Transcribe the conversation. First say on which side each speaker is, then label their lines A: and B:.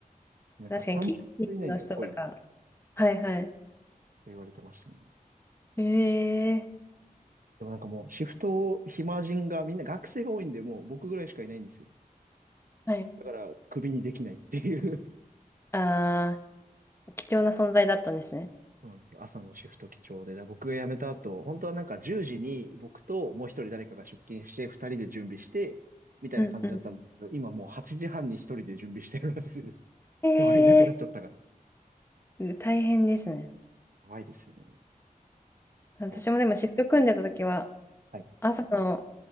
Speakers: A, on the right (about 70°); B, on the left (about 15°).
A: なんか30分以内には来いみたい
B: 確かに、キッチンの人とか、はいはい。
A: な言われてましたね。
B: ええ
A: でもなんかもうシフトを暇人がみんな学生が多いんで、もう僕ぐらいしかいないんですよ。
B: はい。
A: だからクビにできないっていう
B: ああー、貴重な存在だったんですね。
A: そうなんですよ朝のシフト基調で、だ僕が辞めた後、本当はなんか10時に僕ともう一人誰かが出勤して、2人で準備して、みたいな感じだったんですけど、
B: うんうん。
A: 今もう8時半に一人で準備してるらしいです。<laughs>
B: え
A: 人がいなくなっちゃったから。
B: うん大変ですね。
A: やばいですよね。い
B: 私もでもシフト組んでた時は、
A: や、はい。
B: 朝の